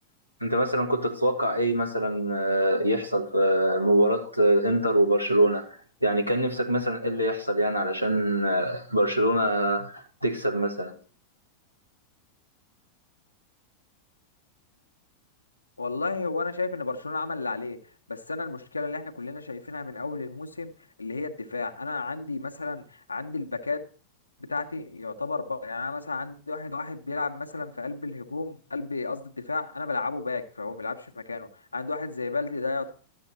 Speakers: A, on the right; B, on the left.
A: انت مثلا كنت تتوقع ايه مثلا آه، يحصل في مباراة آه، انتر وبرشلونة يعني كان نفسك مثلا ايه اللي يحصل يعني علشان آه، برشلونة تكسب مثلا
B: والله هو انا شايف ان برشلونه عمل اللي عليه بس انا المشكله اللي احنا كلنا شايفينها من اول الموسم اللي هي الدفاع انا عندي مثلا عندي الباكات بتاعتي يعتبر بقى يعني انا مثلا عندي واحد واحد بيلعب مثلا في قلب الهجوم قلب قصدي الدفاع انا بلعبه باك فهو ما بيلعبش في مكانه عندي واحد زي بلدي ده